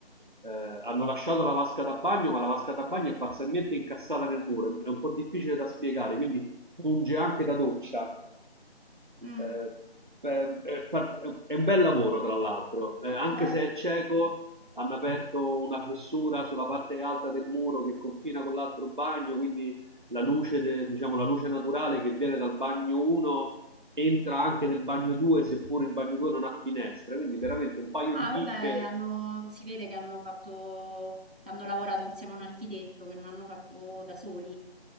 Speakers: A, on the right (about 50°); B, on the right (about 70°).
A: eh, hanno lasciato la vasca da bagno, ma la vasca da bagno è parzialmente incassata nel muro, è un po' difficile da spiegare, quindi funge anche da doccia.
B: Mm,
A: Eh, beh, è, par- è un bel lavoro, tra l'altro, Eh,
B: ok.
A: anche se è cieco, hanno aperto una fessura sulla parte alta del muro che confina con l'altro bagno, quindi la luce, de- diciamo, la luce naturale che viene dal bagno 1 entra anche nel bagno 2, seppur il bagno 2 non ha finestre, quindi veramente un paio
B: Ah,
A: di chicche
B: vabbè, hanno- si vede che hanno fatto, che hanno lavorato insieme a un architetto, che non hanno fatto da soli.